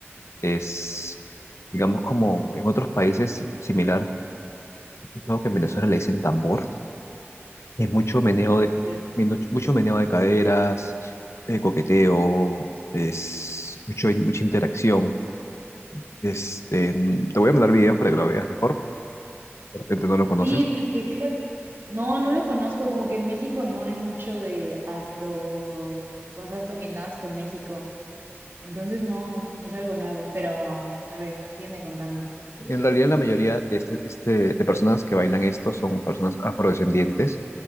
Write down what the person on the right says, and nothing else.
ok.
Sí, porque fíjate, no, no lo conozco, como que en México no hay mucho de afro, cosas combinadas con México, entonces no, es algo nuevo, pero a ver, sígueme contando.